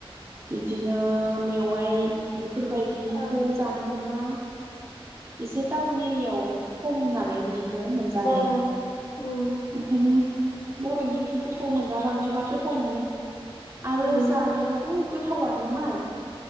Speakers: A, on the right; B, on the left.
A: बिदिनो मेवाइ बिब फोरबायदिखो
B: औ
A: जानो मोनोब बा एसे टाउन एरियाव खमनानै बिदि खो मोनजानाया
B: ओ ओ
A: ओंखायनो बर'नि
B: उम,
A: ओंख्रिफोरखौ मोन जालाङोबा गोथाव मोनो। आरो
B: उम।
A: जानायावबो गोथावानो माल